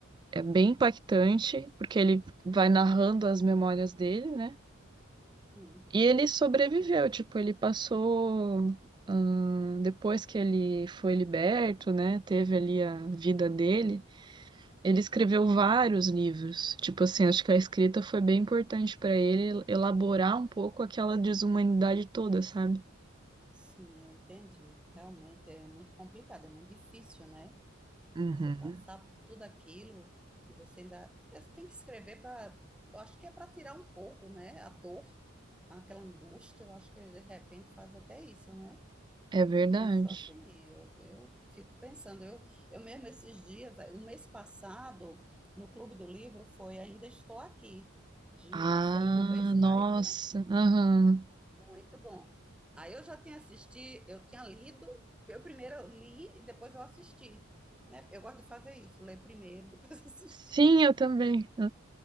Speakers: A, on the right (about 20°); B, in the centre.
A: é bem impactante, porque ele vai narrando as memórias dele, né?
B: Sim,
A: E ele sobreviveu, tipo, ele passou. hum, depois que ele foi liberto, né? Teve ali a vida dele. Ele escreveu vários livros. Tipo assim, acho que a escrita foi bem importante para ele elaborar um pouco aquela desumanidade toda, sabe?
B: sim, eu entendi. Realmente é muito complicado, é muito difícil, né?
A: Uhum.
B: Você passar por tudo aquilo e você ainda é, você tem que escrever para. Eu acho que é para tirar um pouco, né? A dor, aquela angústia. Eu acho que de repente faz até isso, né?
A: É verdade.
B: Eu penso assim, eu, eu fico pensando, eu, eu mesmo esses dias, um mês passado, no Clube do Livro, foi Ainda Estou Aqui, de
A: Ah,
B: Marcelo Rubens
A: nossa.
B: Paiva.
A: aham.
B: Muito bom. Aí eu já tinha assistido, eu tinha lido, eu primeiro li e depois eu assisti, né? Eu gosto de fazer isso, ler primeiro, <laughs> depois assistir.
A: Sim, eu também.